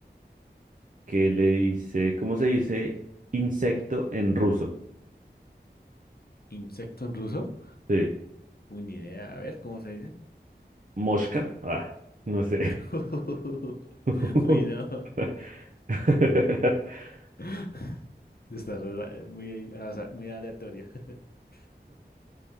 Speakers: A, on the right; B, on the left.
A: ¿qué le dice? ¿Cómo se dice insecto en ruso?
B: ¿Insecto en ruso?
A: Sí,
B: Uy, ni idea. A ver, ¿cómo se dice?
A: mosca. Ah, no sé.
B: <laughs>
A: <laughs>
B: Uy, no.
A: <laughs>
B: <laughs> Está re ra- eh, muy, aza- muy aleatorio. <laughs>